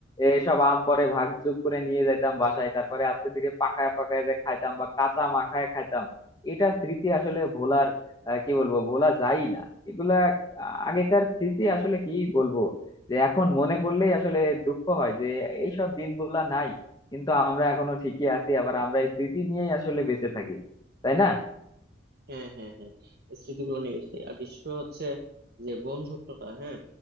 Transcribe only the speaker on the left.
এ, সব আম পরে ভাগযোগ করে নিয়ে যাইতাম বাসায় তারপরে আস্তে ধীরে পাকায় পাকায় যে খাইতাম বা কাঁচা মাখায় খাইতাম এটা স্মৃতি আসলে ভোলার আহ, কি বলবো ভোলা যায় না এগুলা আগেকার স্মৃতি আসলে কি বলবো যে এখন মনে করলেই আসলে দুঃখ হয় যে এইসব দিনগুলা নাই কিন্তু আমরা এখনো ঠিকই আছি আবার আমরা এই স্মৃতি নিয়েই আসলে বেঁচে থাকি তাই না